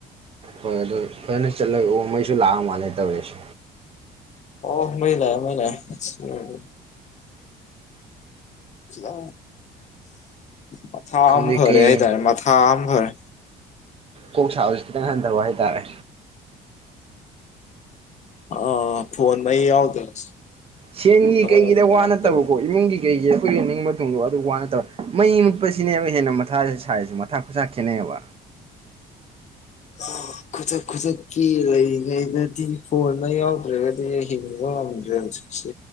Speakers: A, on the right; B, on the left.
A: ꯍꯣꯏ ꯑꯗꯨ ꯐꯖꯅ ꯆꯠꯂꯒ ꯑꯣ ꯃꯩꯁꯨ ꯂꯥꯛꯑ ꯃꯥꯜꯂꯦ ꯇꯧꯔꯛꯁꯦ
B: ꯑꯣ ꯃꯩ ꯂꯥꯛꯑ° ꯃꯩ ꯂꯥꯛꯑ° ꯁꯑꯤ ꯑꯣꯏ ꯔꯗꯤ ꯑ ꯃꯊꯥ
A: ꯈꯪꯗꯦ
B: ꯑꯃ ꯐꯔꯦ
A: ꯀꯩ
B: ꯍꯥꯏꯇꯥꯔꯦ ꯃꯊꯥ ꯑꯃ ꯐꯔꯦ
A: ꯀꯣꯛ ꯁꯥꯕꯁꯤ ꯈꯤꯇꯪ ꯍꯟꯊꯕ ꯍꯥꯏꯇꯥꯔꯦ
B: ꯑꯥ ꯐꯣꯟ ꯃꯩ ꯌꯥꯎꯗꯕ
A: ꯁꯦꯟꯒꯤ ꯀꯩꯒꯤꯗ
B: ꯌꯥꯝ ꯅꯨꯡꯉꯥꯏꯔꯛꯇꯕ
A: ꯋꯥ ꯅꯠꯇꯕꯀꯣ ꯏꯃꯨꯡꯒꯤ ꯀꯩꯒꯤ ꯑꯩꯈꯣꯏꯒꯤ ꯅꯤꯡꯕ ꯊꯨꯡꯗꯣ ꯑꯗꯨ ꯋꯥꯅꯠꯇꯧꯋꯦ ꯃꯩ ꯃꯨꯠꯄꯁꯤꯅꯦꯕ ꯍꯦꯟꯅ ꯃꯊꯥꯦ ꯁꯥꯏꯁꯨ ꯃꯊꯥ ꯈꯨꯠꯊꯥ ꯈꯦꯠꯅꯩꯑꯕ
B: <unintelligible> ꯈꯨꯁꯛ ꯈꯨꯁꯛꯀꯤ ꯂꯩꯔꯤꯉꯩꯗꯗꯤ ꯐꯣꯟꯅ ꯌꯥꯎꯗ꯭ꯔꯒꯗꯤ ꯍꯤꯡꯕ ꯉꯝꯗ꯭ꯔꯦ ꯍꯧꯖꯤꯛ ꯁꯤ